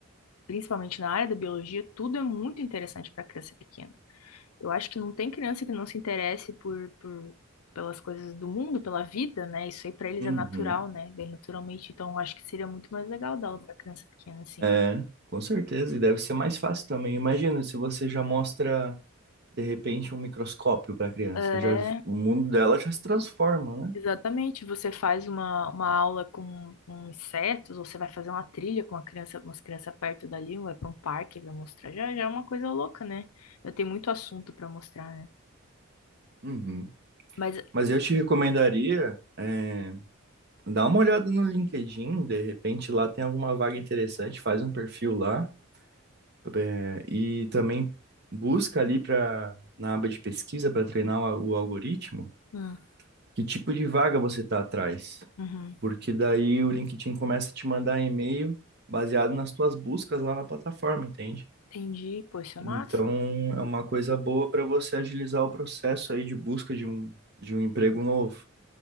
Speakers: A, on the left; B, on the right.
A: principalmente na área da biologia, tudo é muito interessante para criança pequena. Eu acho que não tem criança que não se interesse por, por pelas coisas do mundo, pela vida, né? Isso aí pra eles
B: Uhum.
A: é natural, né? Bem naturalmente. Então, eu acho que seria muito mais legal dar aula pra criança pequena, assim.
B: É, com certeza. E deve ser mais fácil também. Imagina se você já mostra, de repente, um microscópio para a criança.
A: É,
B: Já, o mundo dela já se transforma, né?
A: exatamente. Você faz uma, uma aula com, com insetos, ou você vai fazer uma trilha com uma criança, umas crianças perto dali, ou vai pra um parque, vai mostrar. Já, já é uma coisa louca, né? Eu tenho muito assunto pra mostrar, né?
B: Uhum.
A: Mas,
B: Mas eu te recomendaria, é, dar uma olhada no LinkedIn, de repente lá tem alguma vaga interessante, faz um perfil lá. É, e também busca ali para na aba de pesquisa para treinar o, o algoritmo
A: hum,
B: que tipo de vaga você está atrás,
A: uhum,
B: porque daí o LinkedIn começa a te mandar e-mail baseado nas tuas buscas lá na plataforma, entende?
A: entendi. Poxa, massa.
B: Então é uma coisa boa para você agilizar o processo aí de busca de um, de um emprego novo.